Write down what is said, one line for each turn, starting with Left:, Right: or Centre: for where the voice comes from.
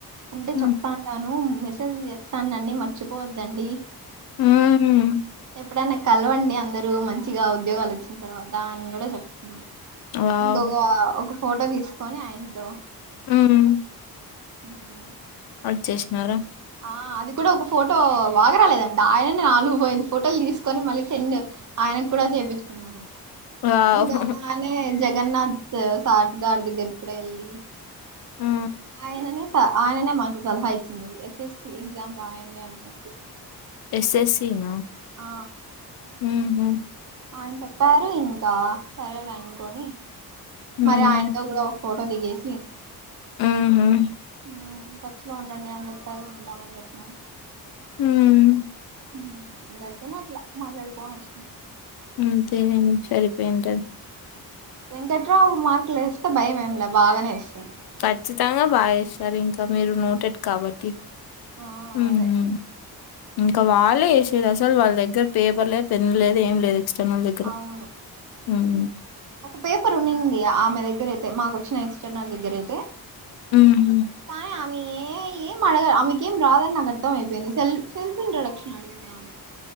Right: ఉంటే
Left: ఉమ్
Right: చెప్తా అంటాను మెసేజ్ చేస్తానునండి మర్చిపోవద్దండి
Left: హుమ్
Right: ఎప్పుడైనా కలవండి అందరు మంచిగా ఉద్యోగాలు వచ్చిన తర్వాత అని కూడా చెప్తున్నా
Left: వావ్
Right: ఇంకొక ఒక ఫోటో తీసుకొని ఆయనతో
Left: ఉమ్
Right: ఉమ్
Left: వచ్చేసినారా
Right: ఆ అది కూడా ఒక ఫోటో బాగరాలేదంట ఆయన నాలుగు ఐదు ఫోటోలు తీసుకొని మళ్ళీ సెండ్ ఆయనకు కూడా చేపించుకున్నాను
Left: వావ్
Right: ఇంకా అలానే జగన్నాథ్ సార్ గారి దగ్గరకి కూడా వెళ్ళి
Left: ఆమ్
Right: ఆయననే స ఆయననే మాకు సలహా ఇచ్చింది ఎస్ఎస్సి ఎగ్జామ్ రాయండి అని చెప్పి
Left: ఎస్ఎస్సనా
Right: ఆ
Left: ఉహుమ్
Right: ఆయన చెప్పారు ఇంకా సరేలే అనుకోని
Left: ఉమ్
Right: మరి ఆయనతో కూడా ఫోటో దిగేసి
Left: ఉహుమ్
Right: ఉమ్ టచ్ లో ఉండండి అని చెప్పారు ఉంటాం అని చెప్పినం
Left: హుమ్
Right: ఉమ్ అందడితోనే అట్లా మాట్లాడిపోని వచ్చినాం
Left: ఉమ్ తేరం సరిపోయి ఉంటాది
Right: వెంకట్రావు మార్కులు వేస్తే భయం ఏం లా బాగానే ఎస్తాడు.
Left: ఖచ్చితంగా బాగాస్తారు ఇంకా మీరు నోటెట్ కాబట్టి
Right: ఆ
Left: ఉహుమ్
Right: అదే
Left: ఇంకా వాళ్ళే చేసేది అసలు వాళ్ళ దగ్గర పేపర్ లేదు పెన్ లేదు ఏం లేదు ఎక్స్టర్నల్ దగ్గర
Right: అవును
Left: ఉమ్
Right: ఒక పేపర్ ఉన్నింది ఆమె దగ్గర అయితే మాకు వచ్చిన ఎక్స్టర్నల్ దగ్గర అయితే
Left: హ్మ్
Right: కాయ ఆమె ఏం అడగ ఆమెకేం రాధని నాకు అర్థం అయిపోయింది సెల్ఫ్ సెల్ఫ్ ఇంట్రడక్షన్ అడిగిందా ఆమె